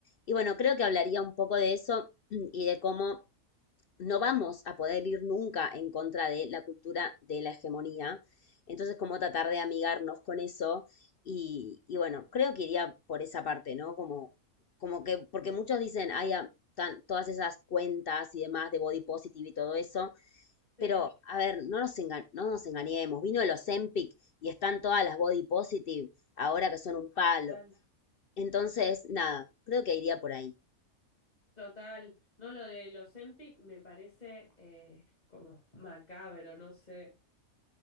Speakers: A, on the left; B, on the left.
A: Y bueno, creo que hablaría un poco de eso y de cómo no vamos a poder ir nunca en contra de la cultura de la hegemonía. Entonces, como tratar de amigarnos con eso. Y, y bueno, creo que iría por esa parte, ¿no? Como, como que, porque muchos dicen, hay todas esas cuentas y demás de body positive y todo eso. Pero,
B: Sí.
A: a ver, no nos, enga- no nos engañemos. Vino el Ozempic y están todas las body positive ahora que son un palo.
B: Ah,
A: Entonces, nada, creo que iría por ahí.
B: Total, no, lo de los Empic me parece eh, como macabro, no sé.